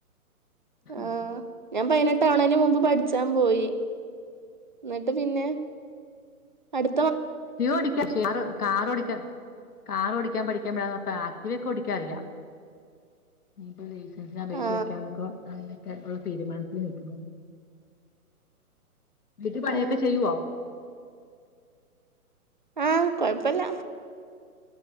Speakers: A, on the right; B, on the left.
A: ആഹ്
B: അപ്പം
A: ഞാൻ പതിനെട്ടാവണേന് മുമ്പ് പഠിച്ചാൻ പോയി. എന്നിട്ട് പിന്നെ അടു
B: <unintelligible> കാറ് കാറ് ഓടിക്കാൻ കാറ് ഓടിക്കാൻ പഠിക്കാൻ വിടാന്നോർത്ത് ആക്ടിവ ഒക്കെ ഓടിക്കാനറിയാം. <unintelligible> <unintelligible> അപേക്ഷ
A: ആ
B: വെക്കാനൊക്കെ ആഹ് ക്കെ ഒള്ള തീരുമാനത്തി നിക്കുന്നു വീട്ടി പണിയൊക്കെ
A: ആ
B: ചെയ്യുവോ
A: ആഹ് കൊഴപ്പല്ല